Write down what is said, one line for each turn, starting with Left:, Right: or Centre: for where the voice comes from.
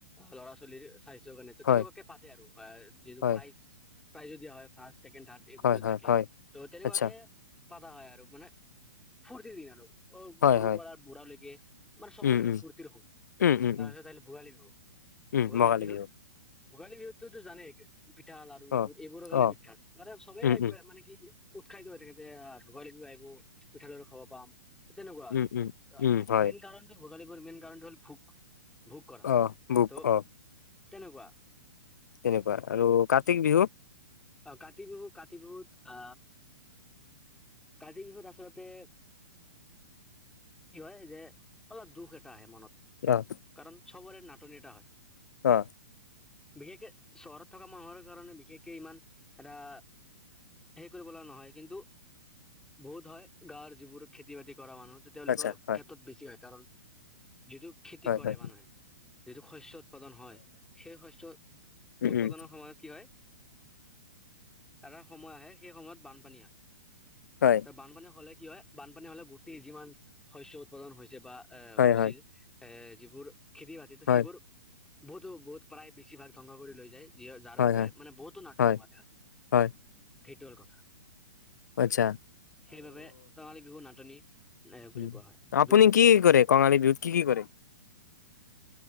Centre: ল'ৰা ছোৱালীৰ স্বাস্থ্যৰ কাৰণে ত'
Left: হয়,
Centre: তেনেকুৱাকে পাতে আৰু যিটো
Left: হয়,
Centre: প্ৰাইজ প্ৰাইজো দিয়া হয় ফাৰ্ষ্ট, ছেকেণ্ড, থাৰ্ড। এইবোৰে
Left: হয়, হয়,
Centre: থাকে
Left: হয়,
Centre: ত' তেনেকুৱা
Left: আচ্ছা,
Centre: কে পাতা হয় আৰু মানে ফূৰ্তিৰ দিন আৰু। অ,
Left: হয়,
Centre: সৰু
Left: হয়,
Centre: পৰা বুঢ়া লেকে মানে সবৰে
Left: উম,
Centre: আৰু
Left: উম,
Centre: ফূৰ্তিৰ সময়।
Left: উম, উম,
Centre: তাৰপিছত
Left: উম,
Centre: আহিলৰ ভোগালী বিহু
Left: উম,
Centre: ভোগালী
Left: বগা
Centre: বিহুত
Left: লাগিব,
Centre: ভোগালী বিহুতটোতো জানে পিঠা লাড়ু
Left: অ',
Centre: এইবোৰ এইবোৰৰ কাৰণে
Left: অ',
Centre: বিখ্যাত মান চবেই
Left: উম,
Centre: এক
Left: উম,
Centre: মানে কি উৎসাহিত হৈ থাকে যে ভোগালী বিহু আহিব পিঠা লাড়ু খাব পাম। তেনেকুৱা আৰু
Left: উম, উম, উম, হয়,
Centre: মেইন কাৰণটো ভোগালীবোৰ মেইন কাৰণটো হল ভোগ, ভোগ কৰা
Left: অ', বুক,
Centre: ত'
Left: অ',
Centre: তেনেকুৱা।
Left: তেনেকুৱা আৰু কাতিক বিহু
Centre: অ, কাতি বিহু - কাতি বিহুত অ কাতিৰ বিহুত আচলতে কি হয় যে অলপ দুখ এটা আহে মনত।
Left: অ',
Centre: কাৰণ চবৰে নাটনিয এটা হয়।
Left: অ',
Centre: বিশেষকে চহৰত থকা মানুহৰ কাৰণে বিশেষকে ইমান এটা হেৰি কৰিব লগা নহয় কিন্তু বহুত হয় গাঁৱৰ যিবোৰ খেতি বাতি কৰা মানুহ ত' তেওঁলোকৰ
Left: আচ্ছা, হয়,
Centre: ক্ষেত্ৰত বেছি হয় কাৰণ যিটো খেতি
Left: হয়,
Centre: কৰে
Left: হয়,
Centre: মানুহে যিটো শস্যত উৎপাদন হয়, সেই শস্য
Left: উম,
Centre: উৎপাদনৰ
Left: উম,
Centre: সময়ত কি হয়, এটা সময় আহে সেই সময়ত বানপানী হয়।
Left: হয়,
Centre: বানপানী হলে কি হয়, বানপানী হলে গোটেই যিমান শস্য উৎপাদন হৈছে বা এ,
Left: হয়,
Centre: হৈছিল।
Left: হয়,
Centre: এ, যিবোৰ খেতি বাতিতো
Left: হয়,
Centre: সেইবোৰ বহুতো বহুত প্ৰায় বেছিভাগ ধ্বংস কৰি লৈ যায়। যিয় যাৰ
Left: হয়,
Centre: বাবে
Left: হয়,
Centre: মানে বহুতো নাটনি
Left: হয়,
Centre: হোৱা দেখা যায়,
Left: হয়,
Centre: সেইটো হল কথা।
Left: আচ্ছা।
Centre: সেইবাবে ৰঙালী বিহু নাটনি এ বুলি
Left: হুম,
Centre: কোৱা হয়
Left: আপুনি
Centre: দূষিত
Left: কি কৰে কঙালী বিহুত কি কি কৰে?
Centre: <inaudible>